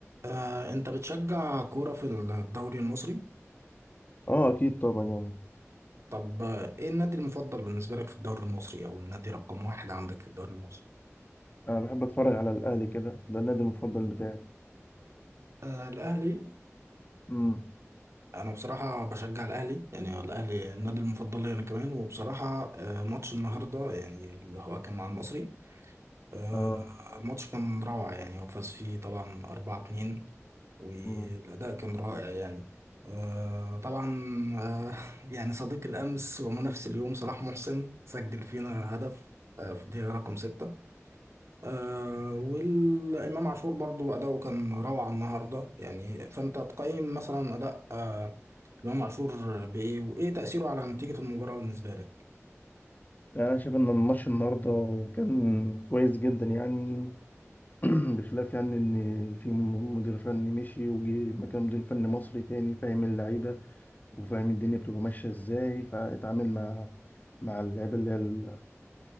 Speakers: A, on the right; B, on the left.
A: آه، انت بتشجع كورة في الدوري المصري
B: اه اكيد طبعا يعني
A: طب آه، ايه النادي المفضل بالنسبة لك في الدوري المصري او النادي رقم واحد عندك في الدوري المصري
B: انا بحب اتفرج على الاهلي كده ده النادي المفضل بتاعي
A: آه الاهلي
B: امم
A: انا بصراحة بشجع الاهلي يعني الاهلي النادي المفضل لي انا كمان وبصراحة آه ماتش النهاردة يعني اللي هو كان مع المصري آه،
B: اه
A: الماتش كان روعة يعني هو فاز فيه طبعا أربعة اتنين والأداء
B: امم
A: كان رائع يعني آه، طبعا آه، يعني صديق الأمس ومنافس اليوم صلاح محسن سجل فينا هدف آه، في الدقيقة رقم ستة آه، والإمام عاشور برضو أداؤه كان روعة النهاردة يعني فأنت تقيم مثلا أداء آه، إمام عاشور بإيه وإيه تأثيره على نتيجة المباراة بالنسبة لك؟
B: يعني انا شايف ان الماتش النهارده كان كويس جدا يعني <clears throat> بخلاف يعني ان في م- مدير فني مشي وجه مكان مدير فني مصري تاني فاهم اللعيبه وفاهم الدنيا بتبقى ماشيه ازاي فاتعامل مع مع اللعيبه اللي هي